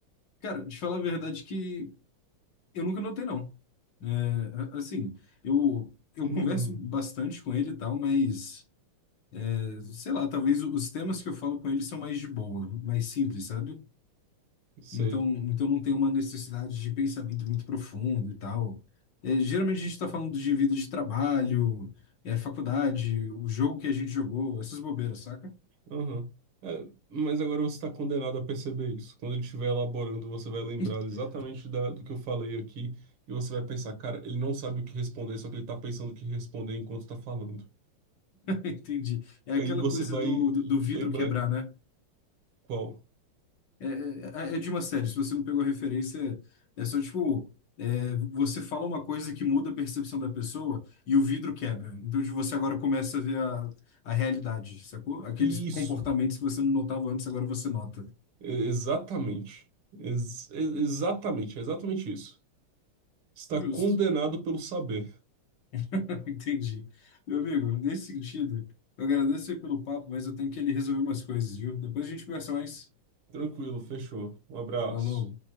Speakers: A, on the left; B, on the right.
A: Cara, te falar a verdade que Eu nunca notei, não. É, a- assim, eu, eu
B: Hum,
A: converso bastante com ele e tal, mas, é, sei lá, talvez o- os temas que eu falo com ele são mais de boa, mais simples, sabe?
B: sei.
A: Então, então não tem uma necessidade de pensamento muito profundo e tal. É, geralmente a gente está falando de vida de trabalho, é, faculdade, o jogo que a gente jogou, essas bobeiras, saca?
B: Aham. É, mas agora você está condenado a perceber isso. Quando ele estiver elaborando, você vai lembrar
A: <laughs>
B: exatamente da- do que eu falei aqui e você vai pensar, cara, ele não sabe o que responder, só que ele está pensando o que responder enquanto está falando.
A: Entendi. É aquela
B: Aí você
A: coisa
B: vai
A: do, do, do vidro
B: lembrar
A: quebrar, né?
B: qual.
A: É, é, é é de uma série, se você não pegou a referência, é só tipo. é, você fala uma coisa que muda a percepção da pessoa e o vidro quebra. Então de você agora começa a ver a, a realidade, sacou? Aqueles
B: Isso.
A: comportamentos que você não notava antes, agora você nota.
B: E- Exatamente. Ex- e- exatamente, é exatamente isso. Está
A: Justo.
B: condenado pelo saber.
A: <laughs> Entendi. Meu amigo, nesse sentido, eu agradeço aí pelo papo, mas eu tenho que ele resolver umas coisas, viu? Depois a gente conversa mais.
B: Tranquilo, fechou. Um abraço.
A: Falou.